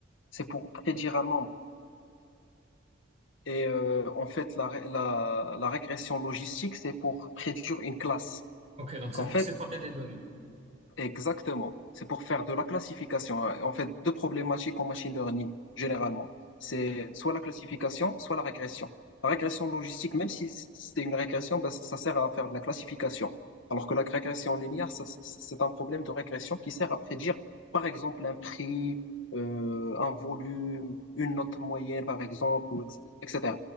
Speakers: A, on the left; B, on the right.
A: c'est pour prédire un nombre. Et euh, en fait, la, ré- la, la régression logistique, c'est pour prédire une classe.
B: Ok, donc
A: Donc,
B: c'est pour
A: en fait,
B: séparer des données.
A: Exactement. C'est pour faire de la classification. hein. En fait, deux problématiques en machine learning, généralement. C'est
B: Ouais,
A: soit la classification, soit la régression. La régression logistique, même si c'est une régression, ben, ça sert à faire de la classification. Alors que la régression linéaire, ça- c'est un problème de régression qui sert à prédire, par exemple, un prix, euh, un volume, une note moyenne, par exemple, ou et- etc.